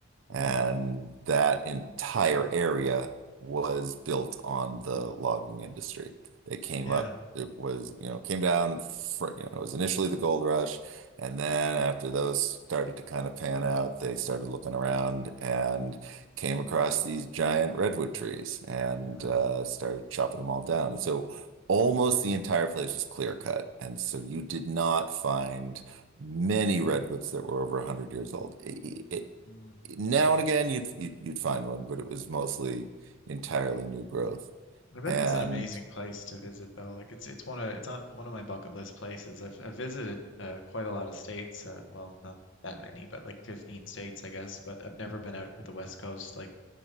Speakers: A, on the left; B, on the right.
A: Mm.
B: And that entire area was built on the logging industry. They came
A: Yeah.
B: up, it was, you know, came down for, you know, it was initially the gold rush. And then after those started to kind of pan out, they started looking around and came
A: Mm.
B: across these giant redwood trees and
A: Yeah.
B: uh, started chopping them all down. And so almost the entire place was clear cut. And so you did not find many redwoods that were over 100 years old. It, it,
A: Mm.
B: now and again you'd, you'd you'd find one, but it was mostly entirely new growth,
A: I bet
B: and
A: that's an amazing place to visit though. Like it's it's one of it's on one of my bucket list places. I've I've visited uh, quite a lot of states. Uh, well, not that many, but like 15 states, I guess. But I've never been out to the West Coast, like